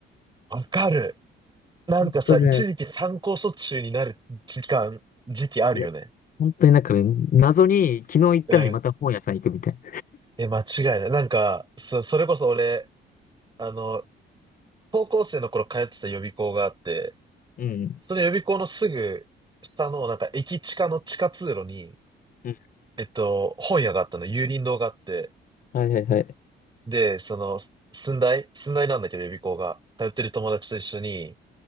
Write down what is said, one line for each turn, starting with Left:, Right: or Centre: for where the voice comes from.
Right: わかる。なんかさ、
Left: 本当ね、
Right: 一時期参考書中になる時間、時期あるよね。
Left: いや、本当になんかね、謎に昨日行ったのにまた本屋さん行くみたいな。
Right: うん。え、間違いない。なんか、そ、それこそ俺、あの、高校生の頃通ってた予備校があって、
Left: うん。
Right: その予備校のすぐ下の、なんか駅地下の地下通路に、
Left: うん。
Right: えっと、本屋があったの、有林堂があって、
Left: はいはいはい。
Right: で、その、寸大寸大なんだけど予備校が、通ってる友達と一緒に、